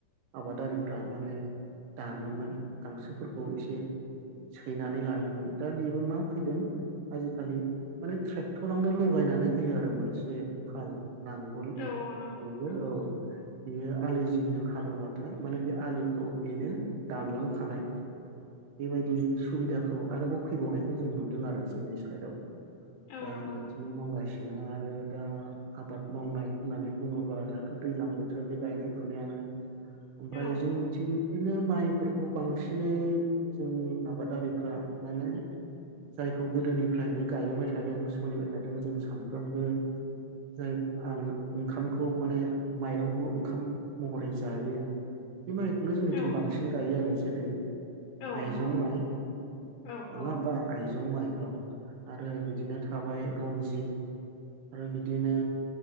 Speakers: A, on the right; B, on the left.
A: आबादारिफ्रा माने दानोमोन गांसोफोरखौ एसे सैनानै लायोमोन दा बेबो मा फैदों आजिखालि माने ट्रेक्टरावनो लगायनानै होयो आरो मोनसे फाल। नांगोल
B: औ औ नंगौ
A: बेयो
B: नंगौ
A: औ बियो आलिजों जों हालौवबाथाय माने बे आलिखौ बेनो दानलांखानाय। बेबायदि सुबिदाखौ आरोबाव फैबावनायखौ जों नुदों आरो जोंनि साइदआव।
B: औ
A: दा
B: नंगौ
A: बिदिनो
B: नोंथां
A: मावगासिनो आरो दा आबाद मावनाय होननानै बुङोबा दाथ' दैज्लां बोथोर बे गायनाय फुनायानो। ओमफ्राय
B: औ
A: जोंनिथिं बिदिनो माइफोरखौ बांसिनै जोंनि आबादारिफ्रा माने जायखौ गोदोनिफ्रायनो गायबोबाय थादों सोलिबाय थादों जों सानफ्रोमबो जाय आं ओंखामखौ माने माइरंखौ ओंखाम महरै जायो। बे माइखौनो जोंनिथिं
B: औ
A: बांसिन गायो आरो जेरै
B: औ
A: आइजं
B: नंगौ
A: माइ।
B: औ
A: नङा
B: औ
A: होमबा आयजं माइ औ। आरो बिदिनो थाबाय रनजित आरो बिदिनो